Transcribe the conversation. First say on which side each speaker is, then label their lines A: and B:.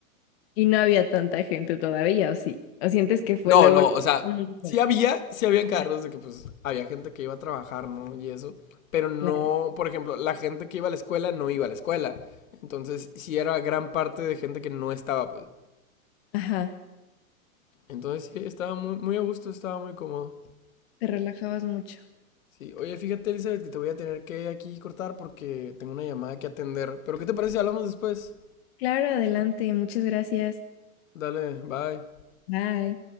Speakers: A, on the left; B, on the left.
A: Y no había tanta gente todavía, ¿o sí? ¿O sientes que fue
B: No,
A: luego...
B: no, o sea,
A: Mm,
B: sí había, sí habían carros
A: ah,
B: de que pues había gente que iba a trabajar, ¿no? Y eso, pero no,
A: Claro.
B: por ejemplo, la gente que iba a la escuela no iba a la escuela. Entonces, sí era gran parte de gente que no estaba, pues.
A: Ajá.
B: Entonces, sí, estaba muy, muy a gusto, estaba muy cómodo.
A: Te relajabas mucho.
B: Sí, oye, fíjate, Elizabeth, que te voy a tener que aquí cortar porque tengo una llamada que atender. Pero, ¿qué te parece si hablamos después?
A: Claro, adelante. Muchas gracias.
B: Dale, bye.
A: Bye.